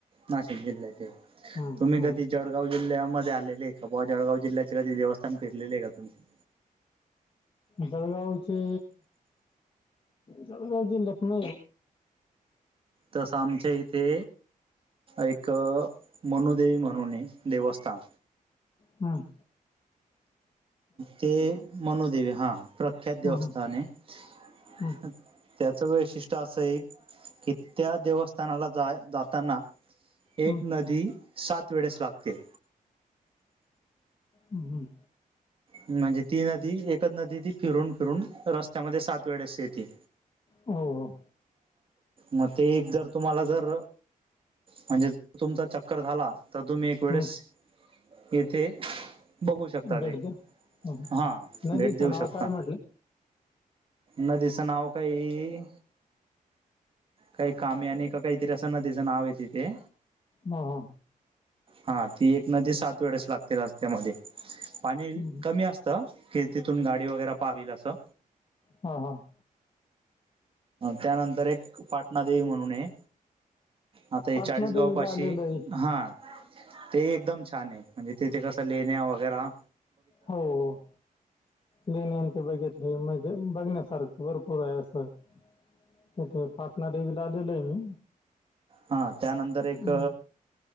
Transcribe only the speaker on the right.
नाशिक जिल्ह्याचे
तुम्ही
कधी जळगाव जिल्ह्यामध्ये आले आहे का बा जळगव जिल्ह्याचे कधी देवस्थान फीरलेले आहे का तुम्ही
तसं आमच्या इथे एक मनुदेवी म्हणूनून देवस्थान
ते मनुदेवी हा प्रख्यात
देवस्थान आहे
त्याचं वैशिष्ट्य असं एक की त्या देवस्थानाला जा जाताना
एक नदी सात वेळेस लागते
म्हणजे ती नदी एकच नदी ती फिरून फिरून रस्त्यामध्ये सात वेळेशी येते
मग ते एक जर तुम्हाला जर म्हणजे तुमचा चक्कर झाला तर तुम्ही एक वेळेस
येथे बघू शकता
ते
हा
भेट देऊ
शकता
नदीचं नाव काही काही कामेयानि का काहीतरी असं नदीचं नाव आहे तिथे.
हा ती एक नदी सात वेळेस लागते रस्त्यामध्ये. पाणी
कमी असतं की तिथून गाडी वगैरे पावील असं.
त्यानंतर एक पाठ ना देव म्हणूनहे. आता हे
चाळीस गाव पाशी
हा ते एकदम छान आहे. म्हणजे तेथ कस लेण्या वगैरा
हा त्यानंतर
एक